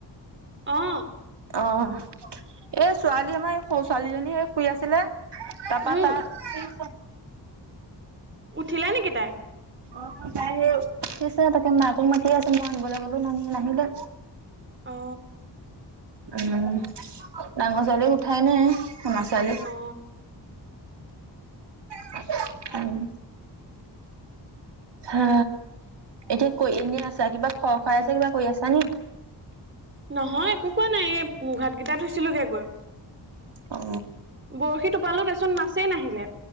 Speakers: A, on the right (about 25°); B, on the right (about 70°).
A: অহ
B: অহ এ ছোৱালী আমাৰ সৰু ছোৱালীজনী শুই আছিলে তাপা
A: উম
B: তাই
A: উঠিলে নেকি তাই
B: অ তাই সেই উঠিছে তাকে মাকক মাতিয়ে আছে মই আনিবলৈ গ'লো না নাহিলে
A: অ
B: উম ডাঙৰ ছোৱালী উঠাই নাই ডাঙৰ ছোৱালী
A: অ
B: <unintelligible> উম হা এতিয়া কয়ি এনে আছা কিবা খো খোৱাই আছা কিবা কয়ি আছা নি
A: নহয় একো কোৱা নাই এই মুখ- হাতকেইটা ধুইছিলো গে গৈ
B: অ
A: বৰশী টোপালো গেচোন মাছেই নাহিলে